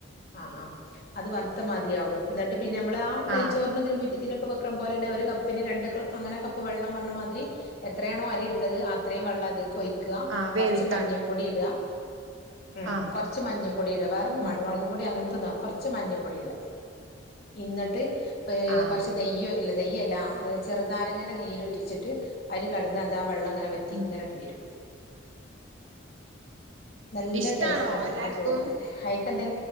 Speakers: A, on the left; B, on the right.
A: ആ ആമ് അത് വറുത്ത മാതിരി ആക്കും എന്നിട്ട് പിന്നെ നമ്മള ആ നൈച്ചോറിന്
B: ആഹ്
A: ഇതിനു <unintelligible> വെക്കുപോലെന്നെ ഒരു കപ്പിന് രണ്ട് കപ്പ് അങ്ങനെ കപ്പ് വെള്ളം പറഞ്ഞ മാതിരി എത്രയാണോ അരിയെടുത്തത് അത്രയും വെള്ളം അത്ക്ക് പൊയ്ക്കുക
B: ആഹ് വേവിക്കാന്
A: കുറച്ച് മഞ്ഞപ്പൊടി ഇടുക ഉം
B: ആഹ്
A: കൊറച്ച് മഞ്ഞപ്പൊടിടാ വേറൊന്നും
B: ഉം
A: വാണ്ട മുളക് പൊടി അങ്ങ <unintelligible> കുറച്ച് മഞ്ഞപ്പൊടി ഇടുക എന്നിട്ട്
B: ആഹ്
A: കുറച്ച് ഒരു നെയ്യോ എല്ല- നെയ്യല്ല ചെറുനാരങ്ങന്റെ നീരൂറ്റിച്ചിട്ട് അതില് കെടന്ന് അതാ വെള്ളം അങ്ങനെ വറ്റി
B: ഉം
A: ഇങ്ങനെട്ട് വരും നല്ല
B: ഇഷ്ടാണോ
A: ടേസ്റ്റാ
B: എല്ലാർക്കും
A: ആ ചോറിന് അയിക്കെന്തേ